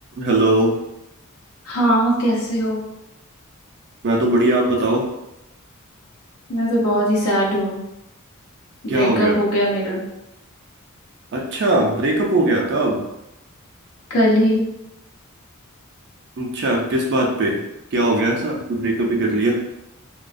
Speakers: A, on the right (about 55°); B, on the left (about 80°).
A: Hello
B: हाँ कैसे हो
A: मैं तो बढ़िया आप बताओ
B: मैं तो बहुत ही सैड हूँ बहुत
A: क्या
B: ब्रेकअप
A: हो गया
B: हो गया मेरा
A: अच्छा ब्रेकअप हो गया कब
B: कल ही
A: अच्छा किस बात पे क्या हो गया ऐसा कि ब्रेकअप ही कर लिया